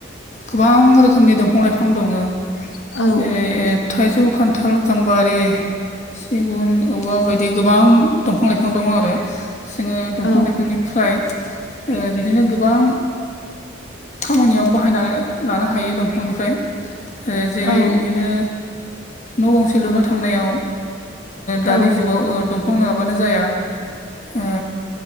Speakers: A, on the left; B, on the left.
A: गोबां रोखोमनि दंफां लाइफां दङ
B: औ
A: जेरै थाइजौ खान्थाल गाम्बारि सिगुन औवा बायदि गोबां दंफां लाइफां दं आरो। जोङो दंफां
B: औ
A: लाइफांनिफ्राय बिदिनो गोबां खामानियाव बाहायनानै लानो हायो दंफांनिफ्राय ओ जेरै
B: औ
A: बिदिनो न' गंसे लुनो थांनायाव
B: औ
A: दानि जुगाव ओ द फं नङाबानो जाया ओ